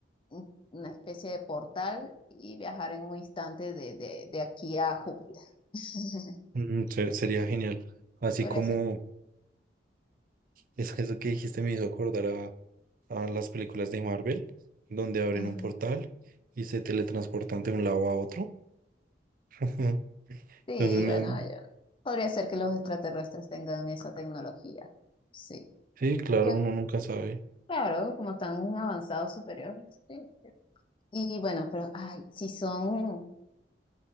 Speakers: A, on the left; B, on the right.
A: un- una especie de portal y viajar en un instante de, de, de aquí a Júpiter. <laughs>
B: Mm, se- sería genial. Así
A: Podría
B: como
A: ser.
B: es que eso que dijiste me hizo acordar a, a las películas de Marvel, donde abren
A: Ajá.
B: un portal y se teletransportan de un lado a otro. <laughs>
A: Sí,
B: Entonces, me-
A: bueno, yo- podría ser que los extraterrestres tengan esa tecnología. Sí.
B: sí, claro,
A: Yo,
B: uno nunca sabe.
A: claro, como están avanzados superiores. sí. Y bueno, pero ay, si son,